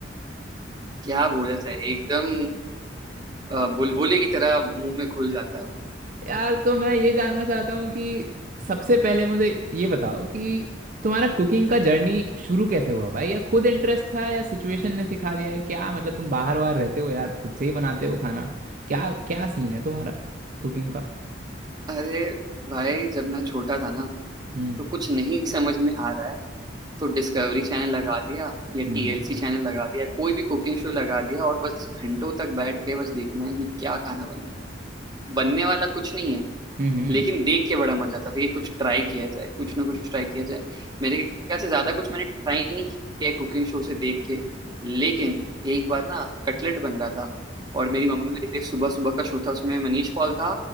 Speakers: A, on the right; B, on the right.
A: क्या बोला जाए एकदम अ, बुलबुले की तरह मुंह में घुल जाता है वो
B: यार तो मैं ये जानना चाहता हूँ कि सबसे पहले मुझे ये बताओ कि तुम्हारा कुकिंग का जर्नी शुरू कैसे हुआ भाई या खुद इंटरेस्ट था या सिचुएशन ने सिखा दिया है क्या मतलब तुम बाहर बाहर रहते हो यार खुद से ही बनाते हो खाना क्या क्या सीन है तुम्हारा कुकिंग का
A: अरे भाई जब मैं छोटा था ना
B: हम्म
A: तो कुछ नहीं समझ में आ रहा है तो डिस्कवरी चैनल लगा दिया या
B: हम्म
A: टीएलसी
B: हम्म
A: चैनल लगा दिया कोई भी कुकिंग शो लगा दिया और बस घंटों तक बैठ के बस देखना है कि क्या खाना बन रहा है बनने वाला कुछ नहीं है
B: हम्म हम्म,
A: लेकिन देख के बड़ा मजा आता था कि कुछ ट्राई किया जाए कुछ ना कुछ ट्राई किया जाए मेरे ख्याल से ज्यादा कुछ मैंने ट्राई नहीं किया कुकिंग शो से देख के लेकिन एक बार ना कटलेट बन रहा था और मेरी मम्मी भी देख रही सुबह सुबह का शो था उसमें मनीष पॉल था